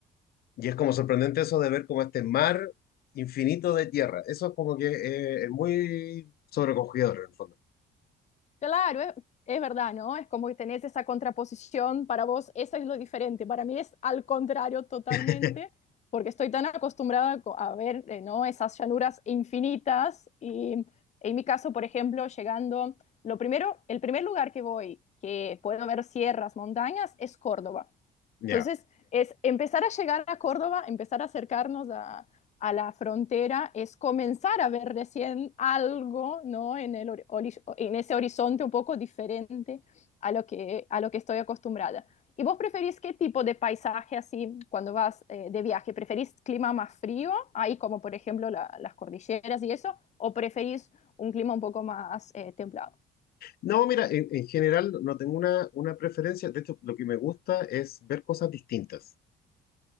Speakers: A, on the left (about 65°); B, on the left (about 40°).
A: Y es como sorprendente eso de ver como este mar infinito de tierra. Eso es como que eh, es muy sobrecogedor en el fondo.
B: Claro, es, es verdad, ¿no? Es como que tenés esa contraposición, para vos eso es lo diferente, para mí es al contrario totalmente,
A: <laughs>
B: porque estoy tan acostumbrada co- a ver, eh, ¿no? Esas llanuras infinitas y en mi caso, por ejemplo, llegando, lo primero, el primer lugar que voy, que puedo ver sierras, montañas, es Córdoba.
A: Ya.
B: Entonces, es empezar a llegar a Córdoba, empezar a acercarnos a, a la frontera, es comenzar a ver recién algo, ¿no? En el, hori- en ese horizonte un poco diferente a lo que, a lo que estoy acostumbrada. ¿Y vos preferís qué tipo de paisaje así cuando vas eh, de viaje? ¿Preferís clima más frío, ahí como por ejemplo la- las cordilleras y eso? ¿O preferís un clima un poco más eh, templado?
A: No, mira, en, en general no tengo una, una preferencia. De hecho, lo que me gusta es ver cosas distintas.